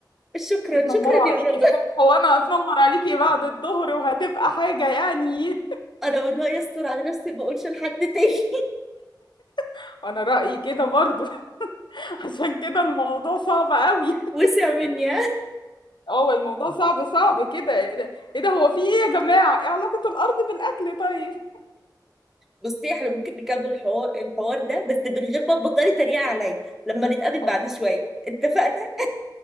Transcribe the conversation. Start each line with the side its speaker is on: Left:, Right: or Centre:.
Centre: شكرا
Left: يتنمروا
Centre: شكرا يا
Left: عليكي
Centre: رب
Left: الصبح وانا اتنمر عليكي بعد الظهر وهتبقى حاجه يعني
Centre: انا من رايي استر على نفسي ما اقولش لحد تاني <laughs>
Left: <laughs> انا رايي كده برضو <laughs> عشان كده الموضوع صعب قوي <laughs>
Centre: وسع مني
Left: اه الموضوع صعب صعب كده ايه ده إيه ده هو في ايه يا جماعه؟ ايه علاقه الارض بالاكل طيب؟
Centre: بصي احنا ممكن نكمل الحوار الحوار ده بس من غير ما تبطلي تريقة عليا لما نتقابل
Left: اه
Centre: بعد شوية اتفقنا